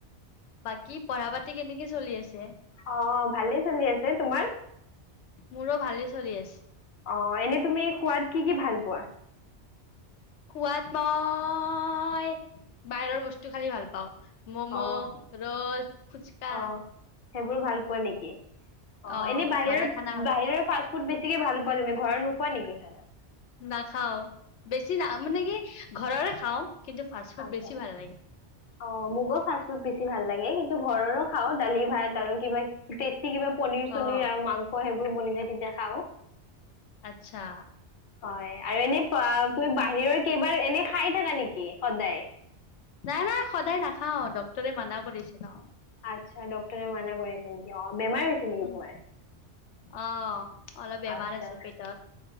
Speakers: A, on the left; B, on the left.
A: বাকী পঢ়া পাতি কেনেকে চলি আছে
B: অ ভালেই চলি আছে তোমাৰ
A: মোৰৌ ভালেই চলি আছে
B: অ এনে তুমি খোৱাত কি কি ভাল পোৱা
A: সোৱাদ মই বাহিৰৰ বস্তু খালি ভাল পাওঁ ম'ম',
B: অ
A: ৰ'ল, ফুচকা
B: অ সেইবোৰ ভাল পোৱা নিকি অ
A: অ'
B: এনে বাহিৰৰ
A: ঘৰৰ খানা
B: বাহিৰৰ ফাষ্ট ফুড বেছি চিকে ভাল পোৱা তুমি ঘৰত নোখোৱা নিকি খানা
A: নাখাওঁ বেছি না মানে কি? ঘৰৰে খাওঁ। কিন্তু ফাষ্ট ফুড
B: আছা
A: বেছি ভাল লাগে।
B: অ মুকো ফাচ ফুড। ভাল লাগে কিন্তু ঘৰৰো খাওঁ দালি ভাত আৰু কিবা- কিবা পনিৰ চনিৰ
A: অ'
B: আৰু মাংস সেইবোৰ- বনিলে তেতিয়া খাওঁ।
A: আচ্ছা
B: হয় আৰু এনেই পৰা। তুমি বাহিৰৰ কেইবাৰ এনে খাই থাকা নেকি সদায়।
A: নাই নাই সদায় নাখাওঁ ডক্তৰে মানা কৰিছে ন
B: আচ্ছা ডক্টৰে মানা কৰিছে নি কি? বেমাৰ হৈছে নেকি
A: উম।
B: তোমাৰ
A: অ' অলপ বেমাৰ
B: আচা
A: আছে পেটৰ।